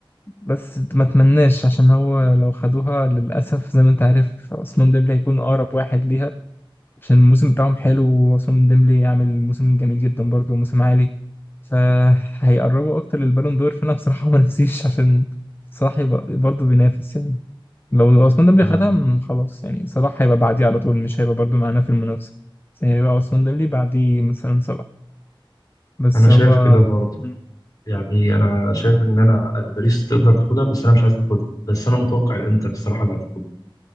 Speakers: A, on the left; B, on the left.
A: بس ما اتمناش عشان هو لو خدوها للأسف زي ما انت عارف عثمان ديمبلي هيكون أقرب واحد ليها عشان الموسم بتاعهم حلو
B: صح؟
A: وعثمان ديمبلي يعمل موسم جميل جدا برضه موسم عالي فهيقربوا أكتر للبالون دور فأنا بصراحة ما نفسيش عشان صلاح يبقى برضه بينافس يعني لو عثمان ديمبلي
B: أنا
A: خدها م- خلاص يعني صلاح هيبقى بعديه على طول مش هيبقى برضه معانا في المنافسة بس هيبقى عثمان ديمبلي بعديه مثلا صلاح بس
B: أنا
A: هو
B: شايف كده برضه
A: م.
B: يعني أنا شايف إن أنا أنا باريس تقدر تاخدها بس أنا مش عايز تاخدها بس أنا متوقع الإنتر الصراحة اللي هتاخدها